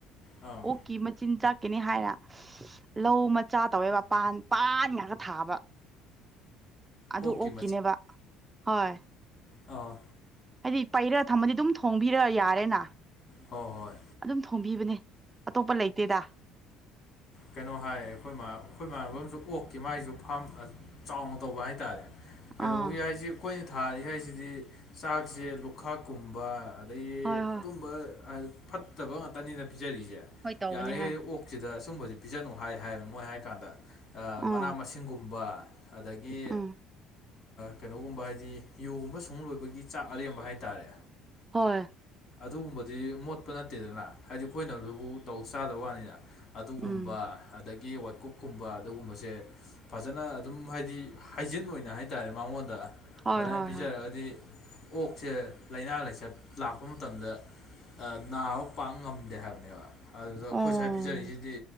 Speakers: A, on the left (about 50°); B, on the right (about 20°).
A: ꯑꯥ
B: ꯑꯣꯀꯤ ꯃ ꯆꯤꯟꯆꯥꯥꯛ ꯀꯅꯤ ꯍꯥꯏꯅ ꯂꯧ ꯃꯆꯥ ꯇꯧꯋꯦꯕ ꯄꯥꯟ ꯄꯥꯟꯒꯒ ꯊꯥꯕ ꯑꯗꯨ
A: ꯑꯣꯛꯀꯤ
B: ꯑꯣꯀꯤꯅꯦꯕ ꯍꯣꯏ
A: ꯑ
B: ꯍꯥꯏꯗꯤ ꯄꯩꯔ ꯊꯝꯃꯗꯤ ꯑꯗꯨꯝ ꯊꯣꯡꯕꯤꯔ ꯌꯥꯔꯦꯅ
A: ꯍꯣꯏ ꯍꯣꯏ
B: ꯑꯗꯨꯝ ꯊꯣꯡꯕꯤꯕꯅꯦ ꯑꯇꯣꯞꯄ ꯂꯩꯇꯦꯗ
A: ꯀꯩꯅꯣ ꯍꯥꯏ ꯑꯩꯈꯣꯏ ꯑꯩꯈꯣꯏꯃꯥꯟꯅꯕꯁꯨ ꯑꯣꯛꯀꯤ ꯃꯥꯥꯏꯁꯨ ꯐꯥꯝ ꯆꯥꯎꯅ ꯇꯧꯕ ꯍꯥꯏꯇꯥꯔꯦ ꯀꯩꯅꯣꯒꯤ
B: ꯑꯥ
A: ꯍꯥꯏꯁꯤ ꯑꯩꯈꯣꯏꯅ ꯊꯥꯔꯤ ꯍꯥꯏꯁꯤꯗꯤ ꯆꯥꯛꯁꯦ ꯂꯨꯈꯥꯛꯀꯨꯝꯕ ꯑꯗꯩ
B: ꯍꯣꯏ ꯍꯣꯏ
A: ꯑꯗꯨꯝꯕ ꯐꯠꯇꯕ ꯉꯥꯛꯇꯅꯤꯅ ꯄꯤꯖꯔꯤꯁꯦ
B: ꯍꯣꯏ ꯇꯧꯕꯅꯦ
A: ꯌꯥꯔꯤꯈꯩ
B: ꯍꯣꯏ
A: ꯑꯣꯛꯁꯤꯗ ꯁꯨꯝꯕꯕꯁꯤꯦ ꯄꯤꯖꯅꯨ ꯍꯥꯏ ꯍꯥꯏꯕꯅꯤ ꯃꯣꯏ ꯍꯥꯏ ꯀꯥꯟꯗ
B: ꯎꯝ
A: ꯃꯅꯥ ꯃꯁꯤꯡꯒꯨꯝꯕ ꯑꯗꯒꯤ
B: ꯎꯝ
A: ꯀꯩꯅꯣꯒꯨꯝꯕ ꯍꯥꯏꯗꯤ ꯌꯣꯒꯨꯝꯕ ꯁꯨꯡ ꯂꯣꯏꯕꯒꯤ ꯆꯥꯛ ꯑꯔꯦꯝꯕ ꯍꯥꯏꯇꯥꯔꯦ
B: ꯍꯣꯏ
A: ꯑꯗꯨꯒꯨꯝꯕꯗꯤ ꯃꯣꯠꯄ ꯅꯠꯇꯦꯗꯅ ꯍꯥꯏꯗꯤ ꯑꯩꯈꯣꯏꯅꯗꯨꯕꯨ ꯇꯧ ꯆꯥꯗꯕ ꯋꯥꯅꯤꯅ ꯑꯗꯨꯒꯨꯝꯕ
B: ꯎꯝ
A: ꯑꯗꯒꯤ ꯋꯥꯀꯨꯞꯀꯨꯝꯕ ꯑꯗꯨꯒꯨꯝꯕꯁꯦ ꯐꯖꯅ ꯑꯗꯨꯝ ꯍꯥꯏꯗꯤ ꯍꯥꯏꯖꯤꯟ ꯑꯣꯏꯅ ꯍꯥꯏꯇꯥꯔꯦ ꯃꯉꯣꯟꯗ
B: ꯍꯣꯏ
A: ꯑꯗꯨꯃꯥꯏꯅ
B: ꯍꯣꯏ
A: ꯄꯤꯖꯔꯒꯗꯤ
B: ꯍꯣꯏ
A: ꯑꯣꯛꯁꯦ ꯂꯥꯏꯅꯥ ꯂꯥꯏꯆꯠ ꯂꯥꯛꯄ ꯃꯇꯝꯗ ꯅꯥꯕ ꯄꯥꯡ ꯉꯝꯗꯦ ꯍꯥꯏꯕꯅꯦꯕ ꯑꯗꯨꯗ ꯑꯩꯈꯣꯏ
B: ꯑꯣ
A: ꯁ꯭ꯋꯥꯏ ꯄꯤꯖꯔꯤꯁꯤꯗꯤ